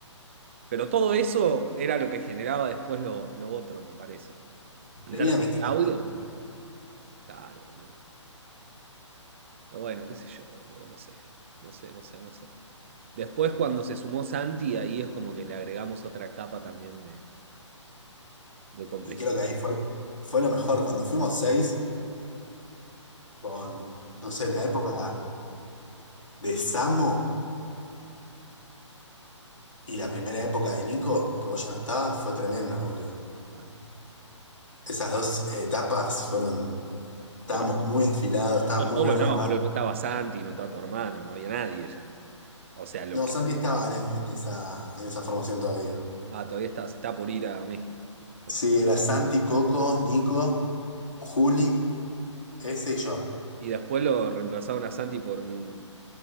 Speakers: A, on the right; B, on the left.
A: Pero todo eso era lo que generaba después lo, lo otro, me parece. En
B: Tenía
A: términos
B: mística
A: de audio,
B: la banda.
A: claro, boludo. Pero bueno, qué sé yo, boludo, no sé. No sé, no sé, no sé. Después, cuando se sumó Santi, ahí es como que le agregamos otra capa también de, de complejidad.
B: Y creo que ahí fue, fue lo mejor. Cuando fuimos seis, con, no sé, la época de Samo y la primera época de Nico, que vos ya no estabas, fue tremenda, boludo.
A: Claro.
B: Esas dos etapas fueron. Estábamos
A: Pero
B: muy afilados, estaba
A: yo
B: muy
A: solo
B: buena
A: no,
B: la banda.
A: boludo, no estaba Santi, no estaba tu hermano, no había nadie ya. O sea, lo
B: No,
A: que...
B: Santi estaba en, en esa, en esa formación todavía.
A: Ah, todavía está, se está por ir a México. Sí.
B: Sí, era Santi, Coco, Nico, Juli, ese y yo.
A: Y después lo reemplazaron a Santi por un,